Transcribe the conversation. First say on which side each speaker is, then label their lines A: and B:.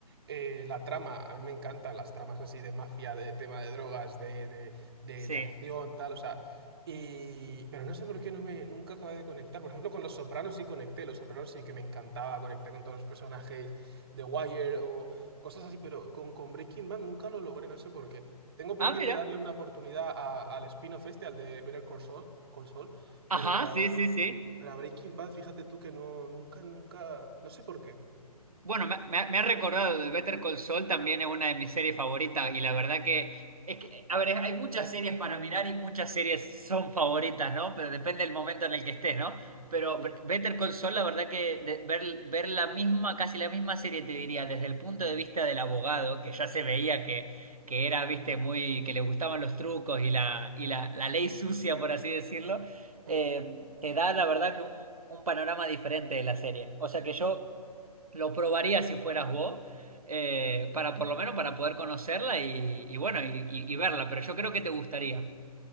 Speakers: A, on the right; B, on the right.
A: Eh, la trama, a mí me encantan las tramas así de mafia, de tema de drogas, de, de, de,
B: sí.
A: de acción, tal, o sea... Y... Pero no sé por qué no me, nunca acabé de conectar. Por ejemplo, con Los Sopranos sí conecté. Los Sopranos sí que me encantaba conectar con todos los personajes de Wire o cosas así, pero con, con Breaking Bad nunca lo logré, no sé por qué. Tengo pendiente
B: Ah, mira.
A: darle una oportunidad a- al spin-off este, al de Better Call Saul, Call Saul,
B: Ajá,
A: pero
B: sí, sí, sí.
A: para Breaking Bad, fíjate tú que no, nunca, nunca, no sé por qué.
B: Bueno, me, me ha me ha recordado de Better Call Saul, también es una de mis series favoritas y la verdad que, es que, a ver, hay muchas series para mirar y muchas series son favoritas, ¿no? Pero depende del momento en el que estés, ¿no? Pero
A: Mm,
B: Br- Better Call Saul, la verdad que de- ver, ver la misma, casi la misma serie, te diría, desde el punto de vista del abogado, que ya se veía que, que era, viste, muy, que le gustaban los trucos y la, y la, la ley sucia, por así decirlo, eh,
A: mm.
B: te da, la verdad que un un panorama diferente de la serie. O sea que yo... Lo probaría si fueras vos, eh, para por lo menos para poder conocerla y, y bueno, y, y- y verla, pero yo creo que te gustaría.